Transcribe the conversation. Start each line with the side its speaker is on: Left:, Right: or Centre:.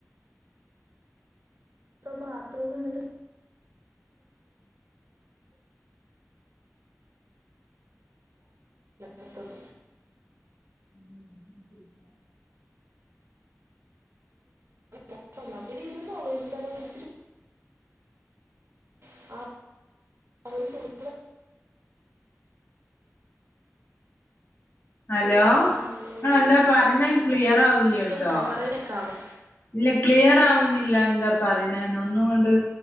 Right: ഇപ്പൊ ബാത്റൂമെന്നിട്ട് എടുത്തുന്നു
Left: <inaudible>
Right: <unintelligible> ആഹ് <inaudible>
Left: ഹലോ
Right: പനിയും
Left: ങ്ങൾ
Right: അങ്ങനെ ഇങ്ങനെ
Left: എന്താ
Right: ഇങ്ങനെ
Left: പറഞ്ഞേ ക്ലിയർ ആവല്ലാട്ടോ
Right: കേൾക്കാമോ പറയുന്നൊക്കെ ആവും
Left: ഇല്ല ക്ലിയർ ആവ്ണില്ല എന്താ പറയുണെന്ന് ഒന്നുങ്ങണ്ട്